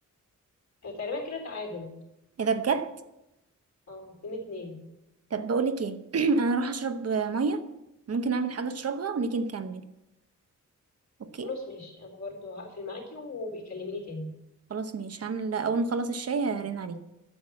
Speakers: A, on the left (about 60°); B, on the right (about 55°).
A: آه، تقريبا كده تعادل
B: ايه ده بجد
A: اه اتنين اتنين
B: طب بقولك ايه <clears throat> انا اروح اشرب مية ممكن اعمل حاجة اشربها ونيجي نكمل اوكي
A: خلاص ماشي انا برضو هقفل معاكي وبيكلميني تاني
B: خلاص ماشي هعمل اول ما اخلص الشاي هرن عليك